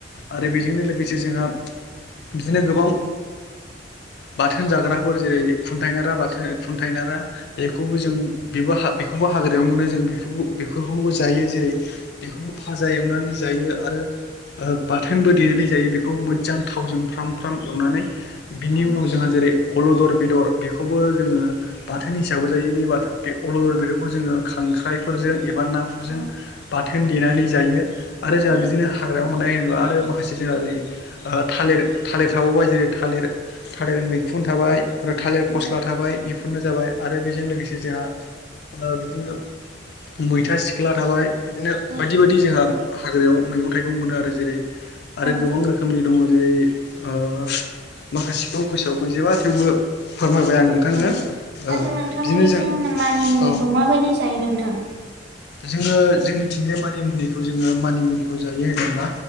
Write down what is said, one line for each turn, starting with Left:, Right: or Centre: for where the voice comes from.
Left: आरो बेजोंनो लोगोसे जोंहा। बिदिनो गोबां बाथोन जाग्राफोर जेरै खुन्थाइना राबाद। खुन्थाय नारा बेखौबो जों बेबो बेखौबो हाग्रायावनो मोनो जों बेफोरखौबो जायो। जायो जेरै बेखौबो फाजा एवनानै जायो आरो। बाथोनबो देनानै जायो बेखौ मोजां थावजों फ्राम फ्राम एवनानै बिनि
Right: औ
Left: उनाव जोंहा जेरै अलदर बेदर बेखौबो जोङो बाथोननि हिसाबै जायो बे बाथोन बे अलदर बेदरखौ जोङो खांख्राइफोरजों एबा नाजों
Right: औ
Left: बाथोन देनानै जायो आरो जोंहा
Right: औ
Left: बिदिनो हाग्रायाव मोननाय होना आरो माखासे जोंहा थालिर थालिर थाबावबाय जेरै थालिर। थालिर मैखुन थाबाय आरो थालिर
Right: औ
Left: फस्ला। बाय बेफोरनो जाबाय आरो बेजों लोगोसे जोहा ओ बिदिनो मैथा सिख्ला थाबाय। बिदिनो
Right: औ
Left: बायदि बायदि जोंहा हाग्रायाव मैगं थाइगं मोनो आरो जेरै आरो
Right: औ
Left: गोबां रोखोमनि दङ जेरै ओ माखासेखौ गोसोआव गैजोबा थेवबो फोरमायबाय आर खांनो
Right: औ आरो
Left: ओ
Right: नोंथांमोननिथिं
Left: बिदिनो जों
Right: मानिमुनिखौ
Left: औ।
Right: माबायदि जायो नोंथां
Left: जोङो जोंनिथिंजाय मानिमुनिखौ जोङो मानिमुनिखौ जायो होनोब्ला